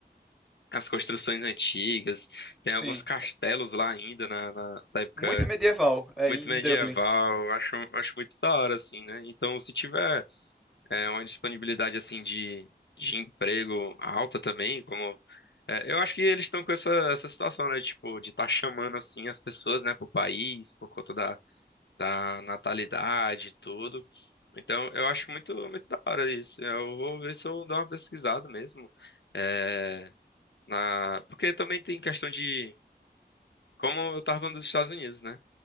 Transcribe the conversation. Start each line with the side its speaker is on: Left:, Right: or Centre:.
Left: as construções antigas. Tem
Centre: Sim.
Left: alguns castelos lá ainda na, na, da época
Centre: Muito medieval, é,
Left: muito
Centre: em,
Left: medieval.
Centre: em Dublin.
Left: Acho, acho muito da hora, assim, né? Então, se tiver. É uma disponibilidade assim de, de emprego alta também, como é, eu acho que eles estão com essa, essa situação, né? Tipo, de estar tá chamando assim as pessoas, né, pro país, por conta da, da natalidade e tudo. Então, eu acho muito, muito da hora isso. Eu vou ver se eu dou uma pesquisada mesmo. É, na... Porque também tem questão de. Como eu tava falando dos Estados Unidos, né?